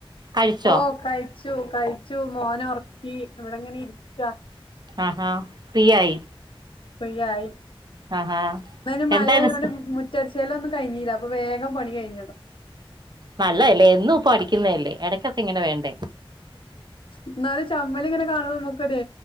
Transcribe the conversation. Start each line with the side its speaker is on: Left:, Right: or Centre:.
Right: കഴിച്ചോ
Left: ഓ കഴി ച്ചു കഴിച്ചു മോനെറക്കി ഇവിടെങ്ങനെ ഇരിക്ക
Right: ആഹാ ഫ്രീ ആയി.
Left: ഫ്രീ ആയി
Right: ആഹാ
Left: വേനൽ മഴയോട്
Right: എന്തായിരുന്നു
Left: മു മുറ്റടിച്ചു വാരാലോന്നും കഴഞ്ഞില്ല അപ്പൊ വേഗം പണി കഴിഞ്ഞ
Right: നല്ലതല്ലേ എന്നും പ്പൊ അടിക്കുന്നതല്ലേ എടക്കൊക്കെ ഇങ്ങനെ വേണ്ടേ
Left: എന്നാല് ചമ്മല്ങ്ങനെ കാണ്മ്പോ നമുക്ക് ഒരു